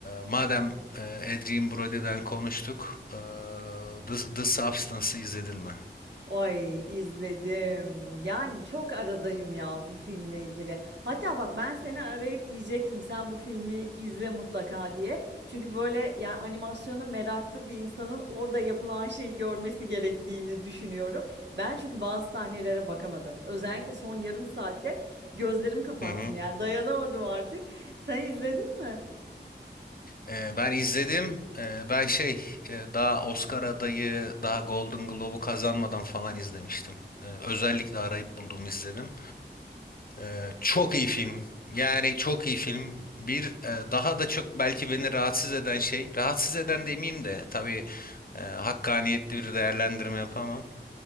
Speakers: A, on the left; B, on the right.
A: madem eee Adrien Brody'den konuştuk, eee, The, The Substance'ı izledin mi?
B: Ay izledim. Yani çok aradayım ya bu filmle ilgili. Hatta bak ben seni arayıp diyecektim sen bu filmi izle mutlaka diye. Çünkü böyle yani animasyona meraklı bir insanın orada yapılan şeyi görmesi gerektiğini düşünüyorum. Ben çünkü bazı sahnelere bakamadım. Özellikle son yarım saatte gözlerimi kapattım
A: Hı hı.
B: yani dayanamadım artık. Sen izledin mi?
A: Eee, ben izledim. Eee, ben şey eee, daha Oscar adayı, daha Golden Globe'u kazanmadan falan izlemiştim. Eee, özellikle arayıp buldum izledim. Ee, çok iyi film. Yani çok iyi film. Bir e, daha da çok belki beni rahatsız eden şey, rahatsız eden demeyeyim de tabii e, hakkaniyetli bir değerlendirme yapamam.